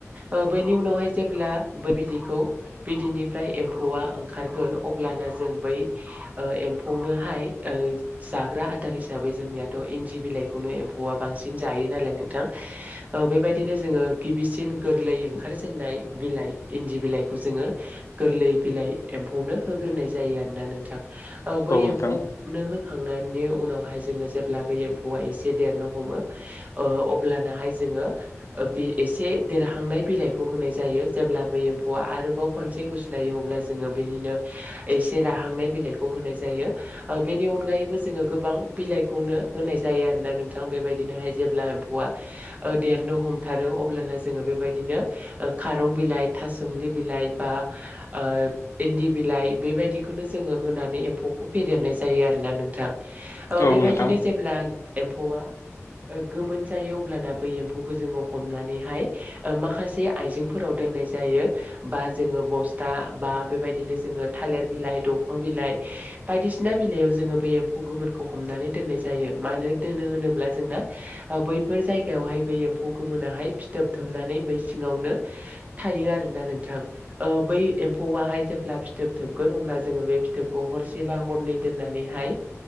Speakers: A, on the right; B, on the left.
A: ओ बैनि उनावहाय जेब्ला बै बिदैखौ बिदैनिफ्राय एम्फौआ ओंखार गोन अब्लाना जों बै ओ एमफौनोहाय जाग्रा आदार हि साबै जोंनियाथ' इन्दि बिलाइखौनो एम्फौआ बांसिन जायो नालाय नोंथां औ बेबायदिनो जोङो गिबिसिन गोरलै ओंखारजेननाय बिलाइ इन्दि बिलाइखौ जोङो गोरलै बिलाइ एम फौनो होग्रोनाय जायो आरोना नोंथां ओ बै
B: औ नोंथां
A: एमफौनो होखांनायनि उनावहाय जोङो जेब्ला बे एम्फौआ एसे देरनो हमो ओ अब्लानाहाय जोङो ओ बे एसे देरहांनाय बिलाइखौ होनाय जायो जेब्लाबो एम्फौआ आरोबाव खनसे गुस्लायो अब्ला जोङो बे निनो एसे राहांनाय बिलाइखौ होनाय जायो ओ बेनि अनगायैबो जोङो गोबां बिलाइखौनो होनाय जायो आरोना नोंथां बेबायदिनोहाय जेब्ला एम्फौआ देरनो हमथारो। अब्लाना जोङो बेबायदिनो ओ खारं बिलाइ थासुमलि बिलाइ बा ओ इन्दि बिलाइ बेबायदिखौनो जोङो होनानै एम्फौखौ फेदेरनाय जायो आरोना नोंथां। ओ
B: औ
A: बेबायदिनो
B: नोंथां
A: जेब्ला एम्फौआ ओ गोमोन जायो अब्लाना बै एम्फौखौ जोङो हमनानैहाय ओ माखासे आइजेंफोराव दोन दोननाय जायो बा जोङो बस्था बा बेबायदिनो जोङो थालिर बिलाइ दंफां बिलाइ बायदिसिना बिलाइयाव जोङो बै एम्फौ गोमोन खौ हमनानो दोननाय जायो मानो दोनो होनोब्ला जोंना ओ बैफोर जागायावहाय बै एमफौ गोमोन नाहाय फिथोबथोबनानै बै सिङावनो थायो आरोना नोंथां ओ बै एमफौ आहाय जेब्ला फिथोब थोबगोन अब्ला जोङो बे फिथोबखौ हरसे बा हरनै दोननानैहाय